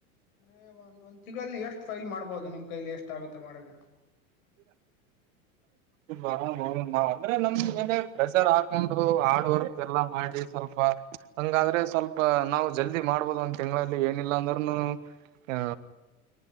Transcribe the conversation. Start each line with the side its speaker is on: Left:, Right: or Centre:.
Left: ಅ ಒ ಒಂದ್ ತಿಂಗಳಲ್ಲಿ ಎಷ್ಟ್ ಫೈಲ್ ಮಾಡ್ಬಹದು ನಿಮ ಕೈಲಿ ಎಷ್ಟ ಆಗುತ್ತೆ ಮಾಡಗ
Right: ಆರ್ ನಾವ್ ಅಂದ್ರೆ ನಮ್ ಮೇಲೆ ಪ್ರೆಷರ್ ಹಾಕೊಂಡು ಹಾರ್ಡ್ ವರ್ಕ್ ಎಲ್ಲಾ ಮಾಡಿ ಸ್ವಲ್ಪ ಹಂಗಾದ್ರೆ ಸ್ವಲ್ಪ ನಾವು ಜಲ್ದಿ ಮಾಡ್ಬೋದು ಒಂದ ತಿಂಗಳಲ್ಲಿ ಏನಿಲ್ಲ ಅಂದ್ನು ಹಾ